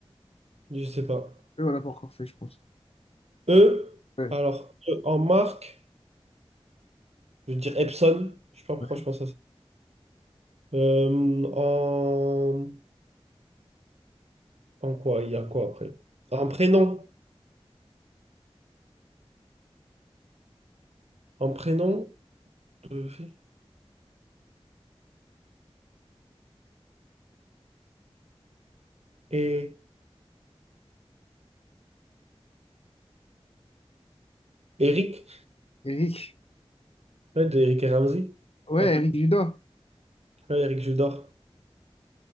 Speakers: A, on the right; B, on the left.
A: Je sais pas.
B: Eux, on l'a pas encore fait, je pense.
A: E.
B: Ouais.
A: Alors, E en marque, je veux dire Epson. Je sais pas pourquoi
B: Ouais.
A: je pense à ça. Euh, en... En quoi? Il y a quoi après? En prénom. En prénom de fait. Et Eric.
B: Eric.
A: Ouais, d'Eric et Ramsey.
B: Ouais,
A: Ah,
B: Eric Judor.
A: ouais, Eric Judor.